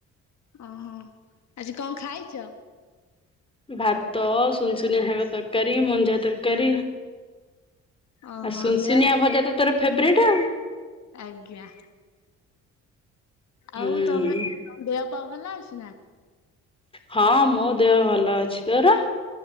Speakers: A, on the left; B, on the left.
A: ଓ ହଁ ଆଜି କଣ ଖାଇଛ?
B: ଭାତ, ସୁନସୁନିଆ ଶାଗ ତରକାରୀ, ମଞ୍ଜା ତରକାରୀ।
A: ଓହୋ
B: ଆଉ ସୁନସୁନିଆ
A: ଦେହ
B: ଭଜା ତ ତୋର ଫେବରେଟେ।
A: ଆଜ୍ଞା
B: ହୁଁ
A: ଆଉ ତୋମେ ଦେହ ପା ଭଲ ଅଛି ନା?
B: ହଁ ମୋ ଦେହ ଭଲ ଅଛି, ତୋର?